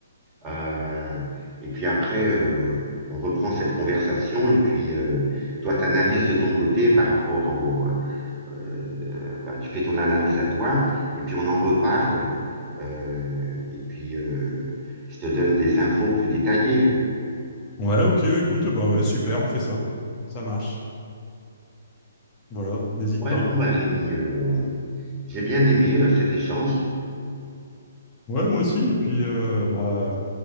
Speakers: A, on the right; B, on the left.
A: Euh, et puis après, euh, on reprend cette conversation et puis euh, toi, tu analyses de ton côté par rapport au... euh, bah, tu fais ton analyse à toi et puis on en reparle. Euh, et puis, euh, je te donne des infos plus détaillées.
B: Ouais, ok, écoute, bah ouais, super, on fait ça. Ça marche. Voilà, n'hésite
A: Ouais,
B: pas.
A: bon, bah, Rémi, euh, j'ai bien aimé euh, cet échange.
B: Ouais, moi aussi, et puis euh, bah,